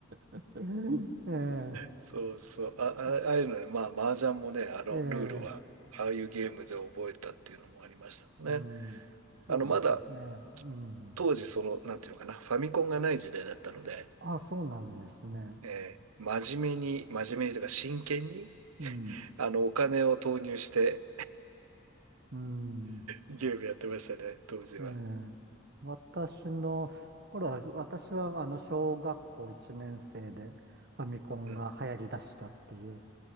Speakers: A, on the right; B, on the right.
A: <laughs> ええ、ええ、
B: そうそう。あ、あ、
A: まあ
B: ああいうのね、まあ、麻雀もね、あの、
A: ええ、
B: ルールは、ああいうゲームで覚えたっていうのもありましたね。
A: うん、そうですね、
B: あの、まだ
A: うん。
B: 当時その、なんていうのかな、ファミコンがない時代だったので、
A: あ、そうなんですね。
B: えー真面目に、真面目にというか真剣に、
A: うん、
B: あの、お金を投入して
A: うん。
B: ゲームやってましたね、当時は。
A: ええ、私の頃は、私はあの小学校1年生でファミコンが流行り出したっていう、
B: うん。